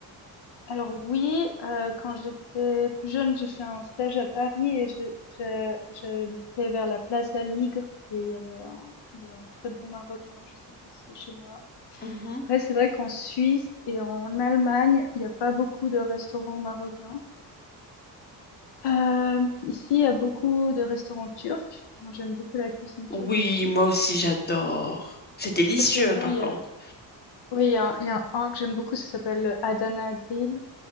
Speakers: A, on the left (about 70°); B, on the left (about 25°).
A: Alors oui, euh, quand j'étais plus jeune, j'ai fait un stage à Paris et je- je- j'habitais vers la place d'Aligre et il y avait un, il y avait un très bon Marocain juste en face de chez moi.
B: Mhm.
A: Après, c'est vrai qu'en Suisse et en Allemagne, il n'y a pas beaucoup de restaurants marocains. Euh, ici, il y a beaucoup de restaurants turcs. Moi, J'aime beaucoup la cuisine turque
B: Oui,
A: aussi.
B: moi aussi j'adore. C'est délicieux
A: Très très bon.
B: par
A: Il y
B: contre.
A: a, oui, il y a, un- il y a un que j'aime beaucoup, ça s'appelle Adana Grill.